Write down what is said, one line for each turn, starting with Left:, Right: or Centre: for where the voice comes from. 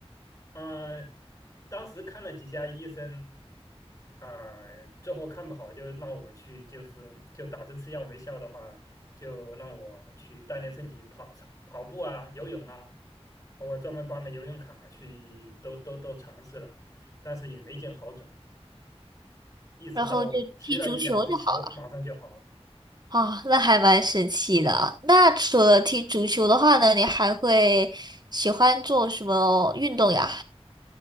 Left: 啊、当时看了几家医生，啊、最后看不好就让我去，就是就打针吃药没效的话，就让我去锻炼身体，跑操跑步啊，游泳啊，我专门办了游泳卡去，都都都尝试了，但是也没见好转，一直到踢了一两次球，
Right: 然后就踢足球就好了。
Left: 马上就好了。
Right: 啊，那还蛮神奇的。那除了踢足球的话呢，你还会喜欢做什么运动呀？